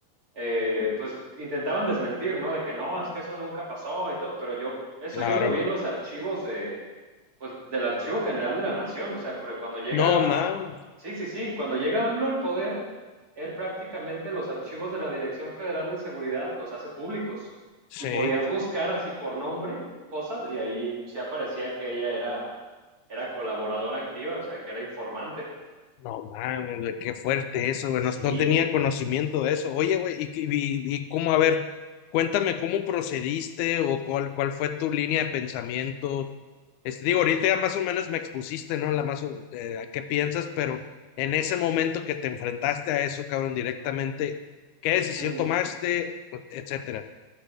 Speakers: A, on the right; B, on the left.
A: eh, pues intentaban desmentir, ¿no? De que no, es que eso nunca pasó y todo, pero yo, eso
B: claro.
A: yo lo vi en los archivos de, pues, del Archivo General de la Nación, o sea, porque cuando llega,
B: No mames.
A: a, sí, sí, sí, cuando llega AMLO al poder, él prácticamente los archivos de la Dirección Federal de Seguridad los hace públicos y
B: Sí.
A: podías buscar así por nombre cosas y ahí sí aparecía que ella era, era colaboradora activa, o sea, que era informante.
B: No mames, güey, qué fuerte eso, güey.
A: Y sí,
B: No, no tenía conocimiento de eso. Oye, güey, y, y, y cómo, a ver, cuéntame cómo procediste o cuál, cuál fue tu línea de pensamiento. Este, digo, ahorita ya más o menos me expusiste, ¿no? La más o- eh, a qué piensas, pero en ese momento que te enfrentaste a eso, cabrón, directamente, ¿qué decisión
A: mm,
B: tomaste? Etcétera.